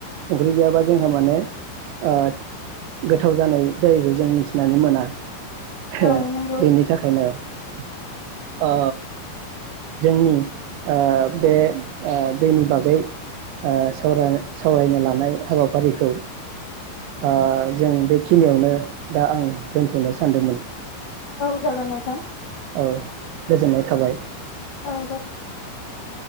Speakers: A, on the right; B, on the left.
A: संख्रि गैयाबा जोंहा माने ओ गोथाव जानाय जायैखौ जों मिथिनानै मोना। हे!
B: औ नंगौ
A: बेनि था आ, जोंनि ओ बे आ दैनि बागै आ सावरायनो लानाय हाबाफारिखौ आ जों बेखिनियावनो दा आं दोन्थ'नो सानदोंमोन ।
B: औ जागोन नोंथां ।
A: औ गोजोननाय थाबाय ।
B: औ, जागोन ।